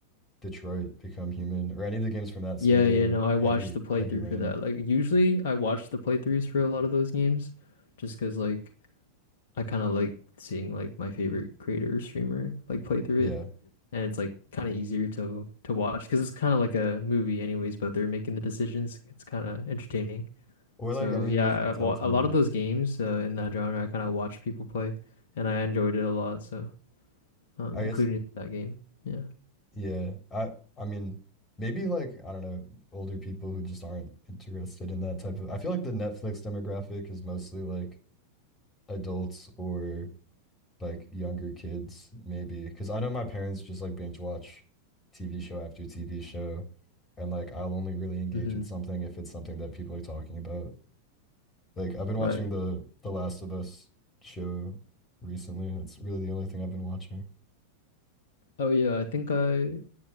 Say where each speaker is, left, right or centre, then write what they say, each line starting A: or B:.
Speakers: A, on the left; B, on the left.
A: Detroit Become Human or any of the games from that studio,
B: Yeah, yeah, no, I watched
A: Heavy
B: the playthrough
A: Heavy Rain.
B: for that. Like usually I watch the playthroughs for a lot of those games just 'cause like I kind of like seeing like my favorite creator or streamer like play through
A: Yeah.
B: it and it's like kind of easier to to watch because it's kind of like a movie anyways, but they're making the decisions. It's kind of entertaining.
A: Or
B: So
A: like any
B: yeah,
A: of those like Telltale.
B: I wa- a lot of those games uh, in that genre I kind of watch people play and I enjoyed it a lot, so um
A: I
B: including
A: guess
B: that game. Yeah.
A: yeah. I I mean maybe like I don't know, older people who just aren't interested in that type of I feel like the Netflix demographic is mostly like adults or like younger kids maybe because I know my parents just like binge watch TV show after TV show and like I'll only really engage
B: hmm
A: with something if it's something that people are talking about. Like I've been watching
B: Right.
A: the The Last of Us show recently. That's really the only thing I've been watching.
B: Oh yeah, I think I